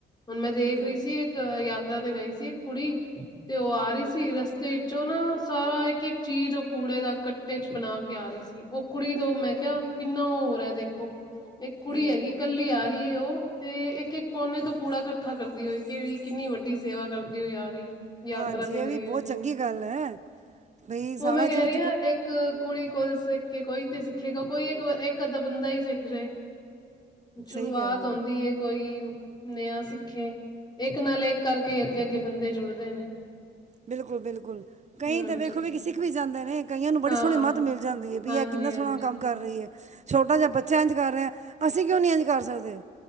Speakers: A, on the left; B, on the right.
A: ਹੁਣ ਮੈਂ ਦੇਖ
B: ਹਮ
A: ਰਹੀ ਸੀ, ਇੱਕ ਯਾਤਰਾ ਤੇ ਗਈ ਸੀ ਇੱਕ ਕੁੜੀ ਤੇ ਉਹ ਆ ਰਹੀ ਸੀ, ਰਸਤੇ ਵਿੱਚੋਂ ਨਾ ਸਾਰਾ ਇੱਕ-ਇੱਕ ਚੀਜ਼ ਉਹ ਕੂੜੇ ਦਾ ਕ ਟੇ'ਚ ਬਣਾਕੇ ਆ ਰਹੀ ਸੀ, ਉਹ ਕੁੜੀ ਤੋਂ, ਮੈਂ ਕਿਹਾ ਕਿੰਨਾ ਓ ਹੋ ਰਿਹਾ ਦੇਖੋ, ਇੱਕ ਕੁੜੀ
B: ਹਾਂਜੀ
A: ਹੈਗੀ ਕੱਲੀ ਆ ਰਹੀ ਏ ਉਹ ਤੇ ਇੱਕ-ਇੱਕ ਕੋਨੇ ਤੋਂ ਕੂੜਾ ਇਕੱਠਾ ਕਰਦੀ ਹੋਈ, ਕਿਹੜੀ ਕਿੰਨੀ ਵੱਡੀ ਸੇਵਾ ਕਰਦੀ ਹੋਈ ਆ ਰਹੀ ਓ। ਯਾਤਰਾ
B: ਹਾਂਜੀ
A: ਤੇ
B: ਇਹ
A: ਗਈ
B: ਵੀ ਬਹੁਤ
A: ਹੋਈ ਸੀ,
B: ਚੰਗੀ ਗੱਲ ਹੈ ਬਈ ਸਾਰਾ
A: ਉਹ ਮੈਂ ਕਹਿ
B: ਜੇ ਕੁਝ
A: ਰਹੀ ਹਾਂ ਇੱਕ ਇੱਕ ਕੁੜੀ ਕੋਲ ਸਿੱਖਕੇ, ਕੋਈ ਤੇ ਸਿੱਖੇਗਾ, ਕੋਈ ਇੱਕ ਇੱਕ-ਅੱਧਾ ਬੰਦਾ ਹੀ ਸਿੱਖਜੇ, ਸ਼ੁਰੂਆਤ
B: ਸਹੀ ਕਹਿ ਰਹੇ
A: ਹੋਂਦੀ
B: ਹੋ
A: ਏ, ਕੋਈ ਨੇ ਆਂ ਸਿੱਖੇ, ਇੱਕ ਨਾਲ ਇੱਕ ਕਰਕੇ ਅੱਗੇ-ਅੱਗੇ ਬੰਦੇ ਜੁੜਦੇ ਨੇ।
B: ਬਿਲਕੁਲ-ਬਿਲਕੁਲ। ਕਂਈ
A: ਹਾਂਜੀ
B: ਤੇ ਵੇਖੋ-ਵੇਖੀ ਸਿੱਖ ਵੀ ਜਾਂਦੇ ਨੇ, ਕਈਆਂ ਨੂੰ ਬੜੀ
A: ਹਾਂ
B: ਸੋਹਣੀ ਮੱਤ ਮਿਲ ਜਾਂਦੀ ਹੈ, ਵੀ
A: ਹਾਂਜੀ-ਹਾਂਜੀ
B: ਇਹ ਕਿੰਨਾ ਸੋਹਣਾ ਕੰਮ ਕਰ ਰਹੀ ਹੈ। ਛੋਟਾ ਜਿਹਾ ਬੱਚਾ ਇੰਝ ਕਰ ਰਿਹਾ, ਅਸੀਂ ਕਿਉਂ ਨਹੀਂ ਇੰਝ ਕਰ ਸਕਦੇ।